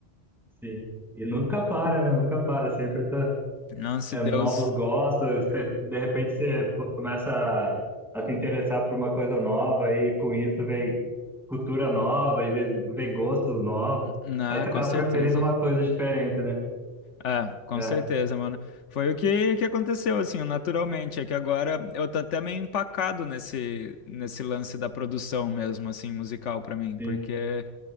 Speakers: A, in the centre; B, on the left.
A: sim. E nunca para, né? Nunca para, sempre tá.
B: Não, se
A: é,
B: Deus.
A: novos gostos, você- de repente você pô, começa a, a se interessar por uma coisa nova e com isso vem cultura nova e vem, vem gostos novos.
B: Não,
A: Aí você
B: com
A: acaba
B: certeza.
A: preferindo uma coisa diferente, né?
B: É, com
A: É,
B: certeza, mano. Foi o que, que aconteceu, assim, naturalmente. É que agora eu tô até meio empacado nesse, nesse lance da produção mesmo, assim, musical pra mim.
A: sim.
B: Porque,